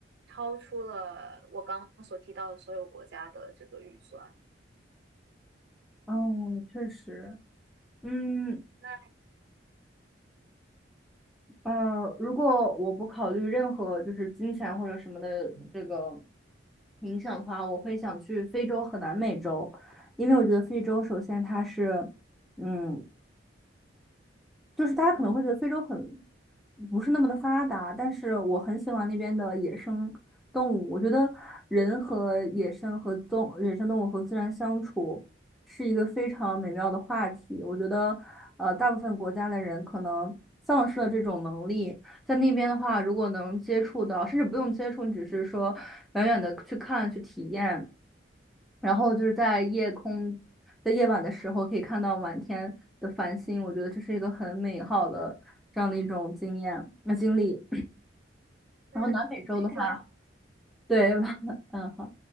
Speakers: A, on the right (about 60°); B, in the centre.
A: 超出了我刚刚所提到的所有国家的这个预算。
B: 嗯，确实，嗯
A: 那
B: 呃，如果我不考虑任何就是金钱或者什么的这个影响的话，我会想去非洲和南美洲，因为我觉得非洲首先它是。嗯，就是大家可能会觉得非洲很不是那么的发达，但是我很喜欢那边的野生动物。我觉得人和野生和动野生动物和自然相处是一个非常美妙的话题。我觉得，呃，大部分国家的人可能丧失了这种能力，在那边的话，如果能接触到，甚至不用接触，你只是说远远的去看去体验。然后就是在夜空在夜晚的时候可以看到满天的繁星，我觉得这是一个很美好的这样的一种经验、呃经历。
A: 嗯，
B: 然后南美洲的话，
A: 嗯听起来
B: 对，
A: 嗯，
B: <laughs> 嗯，好。